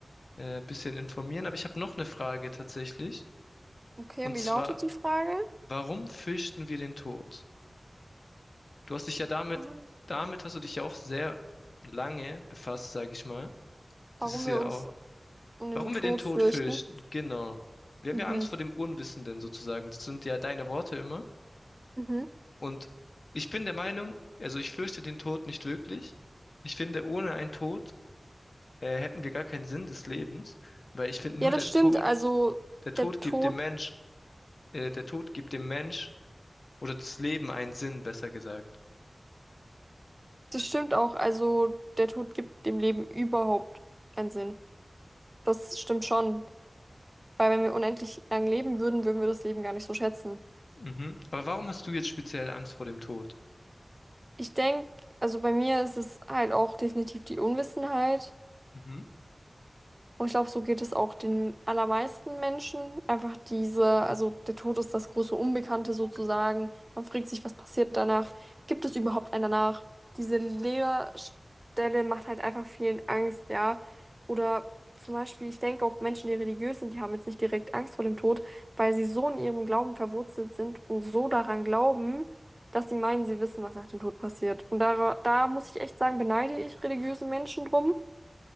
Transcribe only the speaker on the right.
Okay,
und wie
lautet die Frage?
Ah.
Warum
wir uns
um den
Tod
fürchten?
Mhm.
Mhm.
Ja, das
stimmt.
Also
der Tod,
das stimmt auch. Also der Tod gibt dem Leben überhaupt keinen Sinn. Das stimmt schon. Weil wenn wir unendlich lang leben würden, würden wir das Leben gar nicht so schätzen.
Ich denke, also bei mir ist es halt auch definitiv die Unwissenheit.
Und ich glaube, so geht es auch den allermeisten Menschen. Einfach diese, also der Tod ist das große Unbekannte sozusagen. Man fragt sich, was passiert danach? Gibt es überhaupt einen danach? Diese Leerstelle macht halt einfach vielen Angst, ja. Oder zum Beispiel, ich denke auch Menschen, die religiös sind, die haben jetzt nicht direkt Angst vor dem Tod, weil sie so in ihrem Glauben verwurzelt sind und so daran glauben, dass sie meinen, sie wissen, was nach dem Tod passiert. Und da, da muss ich echt sagen, beneide ich religiöse Menschen drum.